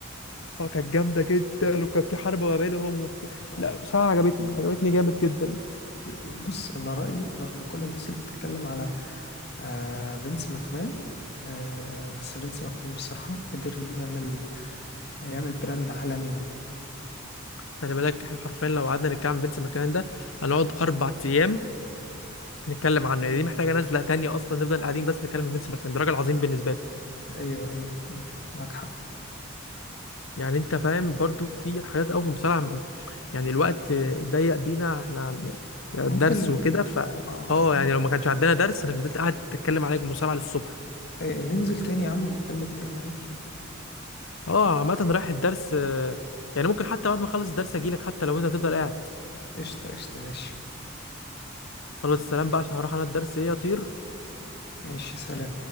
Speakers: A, on the left (about 70°); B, on the left (about 50°).
A: اه كانت جامده جدا وكان في حرب ما بينهم وبت...
B: أوه.
A: لا بصراحه عجبتني عجبتني جامد جدا
B: بص انا رأيي رغم كل الناس اللي بتتكلم على آه فينس ماكمان آه بس فينس ماكمان بصراحة قدر يعمل يعمل براند عالمي يعني
A: خلي بالك احنا حرفيا لو قعدنا نتكلم عن فينس ماكمان ده هنقعد اربع ايام نتكلم عنه يعني دي محتاجه نزله تانية اصلا نفضل قاعدين بس نتكلم عن فينس ماكمان ده راجل عظيم بالنسبه لي
B: ايوه ايوه, أيوة. معاك حق
A: يعني انت فاهم برضو في حاجات قوي في المصارعه م- يعني الوقت ضيق بينا احنا درس
B: ممكن
A: وكده ف
B: اه
A: اه يعني لو ما كانش عندنا درس انا فضلت قاعد اتكلم عليك مصارعه للصبح
B: ايوه ننزل تاني يا عم ونتكلم تاني عادي
A: اه عامه رايح الدرس آه، يعني ممكن حتى بعد ما اخلص الدرس اجي لك حتى لو انت هتفضل قاعد
B: قشطة قشطة ماشي
A: خلاص السلام بقى عشان هروح انا الدرس ايه اطير
B: ماشي سلام